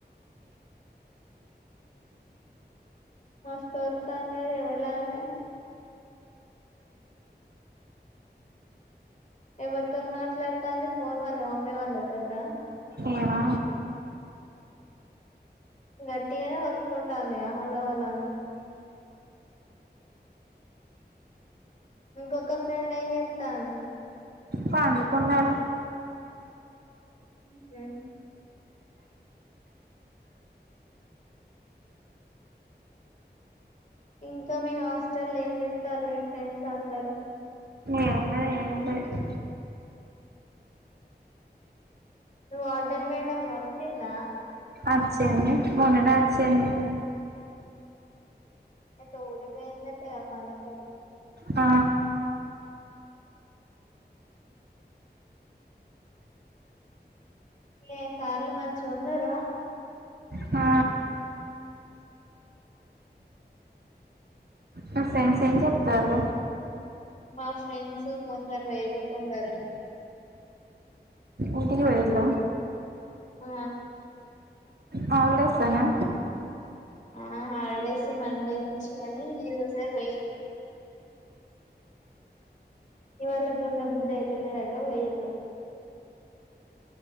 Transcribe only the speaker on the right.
ఏ హ
పాడుకున్నారు
ఏమున్నది ఏం లేదు
అచ్చేన్న మన్నడ అచ్చన్న
ఆ
ఆ నా ఫ్రెండ్స్ ఏం చెప్తారు
ఎంటికి వరిలో
హాలిడేస్ సనా